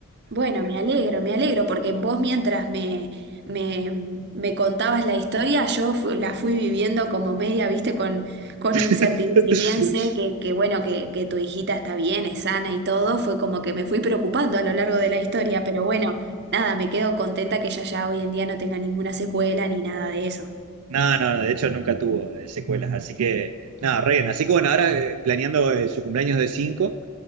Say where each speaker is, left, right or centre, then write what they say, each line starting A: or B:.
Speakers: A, on the right (about 50°); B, on the right (about 85°).
A: Bueno, me alegro, me alegro, porque vos mientras me, me, me contabas la historia, yo fu- la fui viviendo como media, viste, con, con
B: <laughs>
A: incertidumbre. Si bien sé que, que bueno, que, que tu hijita está bien, es sana y todo, fue como que me fui preocupando a lo largo de la historia, pero bueno, nada, me quedo contenta que ella ya hoy en día no tenga ninguna secuela ni nada de eso.
B: No, no, de hecho nunca tuvo eh, secuelas, así que nada, re bien. Así que bueno, ahora eh, planeando eh, su cumpleaños de 5